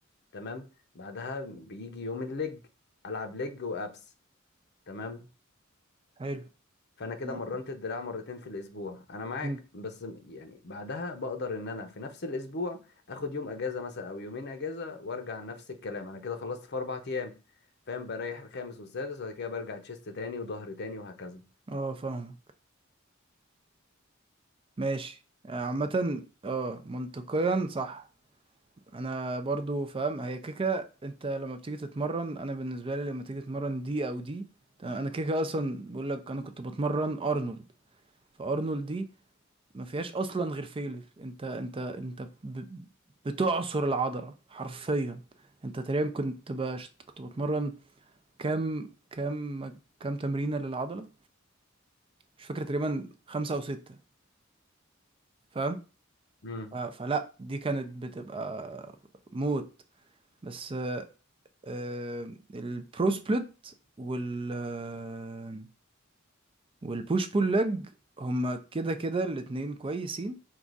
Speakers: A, on the left (about 55°); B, on the right (about 25°).
A: تمام بعدها بيجي يوم الليج ألعب ليج وأبس تمام
B: حلو
A: فانا كده
B: نعم.
A: مرنت الدراع مرتين في الاسبوع انا معاك
B: مم.
A: بس م- يعني بعدها بقدر ان انا في نفس الاسبوع اخد يوم اجازه مثلا او يومين اجازه وارجع نفس الكلام انا كده خلصت في اربع ايام فاهم بريح الخامس والسادس وبعد كده برجع تشيست تاني وظهر تاني وهكذا
B: اه فاهمك ماشي آه، عامة اه منطقيا صح انا برضو فاهم هي كيكه انت لما بتيجي تتمرن انا بالنسبه لي لما تيجي تتمرن دي او دي تمام، انا كيكه اصلا بقول لك انا كنت بتمرن ارنولد فارنولد دي ما فيهاش اصلا غير فيلر انت انت انت ب... بتعصر العضله حرفيا انت تقريبا كنت باش كنت بتمرن كام كام كام تمرينه للعضله مش فاكر تقريبا خمسة او ستة فاهم
A: امم
B: ف- فلا دي كانت بتبقى موت بس آه، البرو سبليت وال آه، والبوش بول ليج هما كده كده الاتنين كويسين